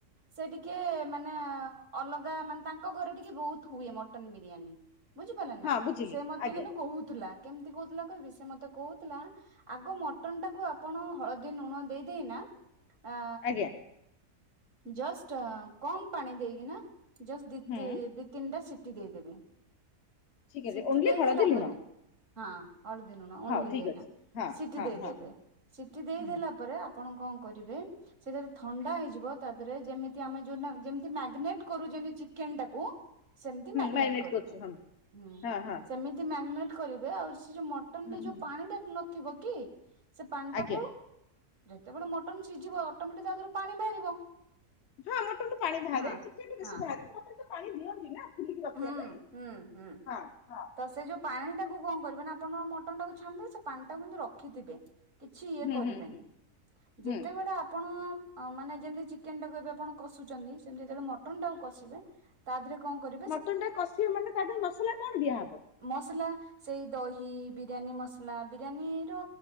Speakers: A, on the right (about 50°); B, on the left (about 55°).
A: ସେ ଟିକେ ମାନେ ଅଲଗା ମାନେ ତାଙ୍କ ଘରେ ଟିକେ ବହୁତ୍ ହୁଏ, ମଟନ ବିରିୟାନୀ। ବୁଝିପାରିଲେ ନା?
B: ହଁ ବୁଝିଲି
A: ସେ ମତେ
B: ଆଜ୍ଞା
A: କିନ୍ତୁ କହୁଥିଲା, କେମତି କହୁଥିଲା କହିବି, ସେ ମତେ କହୁ ଥିଲା, ଆଗ ମଟନଟାକୁ ଆପଣ ହଳଦୀ, ନୁଣ ଦେଇ ଦେଇନା ଆ
B: ଆଜ୍ଞା
A: ଜଷ୍ଟ କମ୍ ପାଣି ଦେଇକିନା ଜଷ୍ଟ ଦି
B: ହୁଁ
A: ତି ଦି ତିନିଟା ସିଟି ଦେଇଦେବେ।
B: ଠିକ ଅଛି
A: ସିଟି
B: ଓନ୍ଲି
A: ଦେଇଦେଲା
B: ହଳଦୀ ଲୁଣ
A: ପରେ ହଁ, ହଳଦୀ, ନୁଣ ଓନ୍ଲି
B: ହଉ ଠିକ
A: ଦେଇନା,
B: ଅଛି ହଁ
A: ସିଟି
B: ହଁ
A: ଦେଇଦେବେ,
B: ହଁ
A: ସିଟି ଦେଇଦେଲା
B: ହୁଁ
A: ପରେ ଆପ ଆପଣ କଣ କରିବେ ସେ ଯଦି ଥଣ୍ଡା ହେଇଯିବ, ତା ଦେଏରେ ଯେମିତି ଆମେ ଯୋଉ ନା ଯେମିତି ମାଗିନେଟ୍ କରୁ ଯେମତି ଚିକେନଟାକୁ ସେମତି ମ୍ୟାଗନେଟ୍
B: ମ୍ୟାରିନେଟ
A: କରିବେ,
B: କରୁଛୁ ହଁ
A: ହୁଁ।
B: ହଁ ହଁ
A: ସେମିତି ମ୍ୟାଗନେଟ୍ କରିବେ ଆଉ ସେ ଯୋଉ ମଟ୍
B: ହୁଁ, ହୁଁ।
A: ପାଣିଟା ନଥିବ କି, ସେ ପାଣିଟାକୁ
B: ଆଜ୍ଞା
A: ଯେତେବେଳେ ମଟନ୍ ସିଝିବ, ଅଟୋମେଟିକ୍ ତା ଦେହରୁ ପାଣି ବାହାରିବ।
B: ହଁ ମଟନରୁ ପାଣି ବାହାରେ,
A: ହଁ
B: ଚିକେନରୁ ବେଶୀ
A: ହଁ
B: ବାହାରେନି। ମଟନରେ ତ ପାଣି ଦିଅନ୍ତି ନା। ଫୁଲିକି ରଖିବା
A: ହୁଁ,
B: ପାଇଁ।
A: ହୁଁ, ହୁଁ।
B: ହଁ ହଁ
A: ତ ସେ ଯୋଉ ପାଣିଟାକୁ କଣ କରିବେ ନା, ଆପଣଙ୍କ ମଟନଟାକୁ ଛାଣିଦେବେ, ସେ ପାଣିଟାକୁ କିନ୍ତୁ ରଖିଥିବେ କିଛି ଇଏ
B: ହୁଁ
A: କରିବେନି।
B: ହୁଁ ହୁଁ
A: ଯେତେବେଳେ ଆପଣ ଅ ମାନେ ଯେମିତି ଚିକେନଟାକୁ ଏବେ ଆପଣ କଷୁଚନ୍ତି, ସେମିତି ଯେତେବେଳେ ମଟନଟାକୁ କଷିବେ, ତାଧେରେ କଣ କରି
B: ମଟନଟା କଷିବେ ମାନେ ତା ଦେଏରେ ମସଲା କଣ ଦିଆହବ?
A: ମସଲା, ସେଇ ଦହି, ବିରିୟାନୀ ମସଲା, ବିରିୟାନୀର